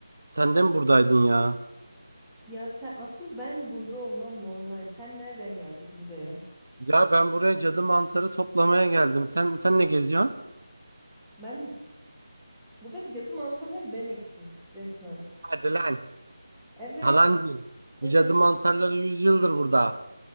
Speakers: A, on the right (about 75°); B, in the centre.
A: Sen de mi buradaydın ya?
B: Ya sen asıl ben burada olmam normal. Sen nereden geldin buraya?
A: Ya ben buraya cadı mantarı toplamaya geldim. Sen sen ne geziyorsun?
B: Ben buradaki cadı mantarlarını ben ektim resmen.
A: Hadi lan.
B: Evet.
A: Yalancı.
B: Evet.
A: Bu cadı mantarları 100 yıldır burada.